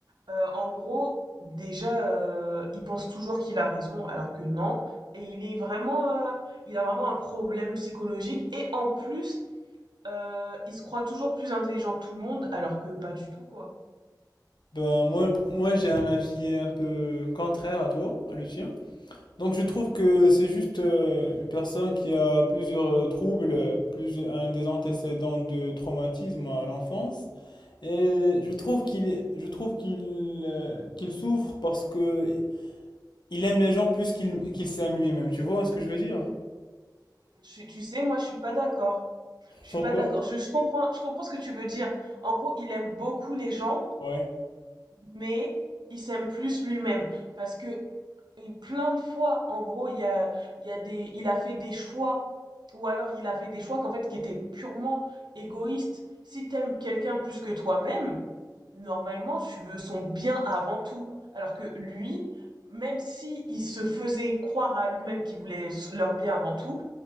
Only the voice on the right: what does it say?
euh, en gros, déjà, euh, il pense toujours qu'il a raison, alors que non. Et il est vraiment, euh, il a vraiment un problème psychologique. Et en plus, euh, il se croit toujours plus intelligent que tout le monde, alors que pas du tout, quoi.
Je tu sais, moi, je suis pas d'accord. Je suis
pas d'accord. Je, je comprends, je comprends ce que tu veux dire. En gros, il aime beaucoup les gens,
mais il s'aime plus lui-même. Parce que euh, plein de fois, en gros, il y a, il y a des, il a fait des choix, ou alors il a fait des choix qu'en fait, qui étaient purement égoïstes. Si t'aimes quelqu'un plus que toi-même, normalement, tu veux son bien avant tout. Alors que lui, même si il se faisait croire à lui-même qu'il voulait s- leur bien avant tout,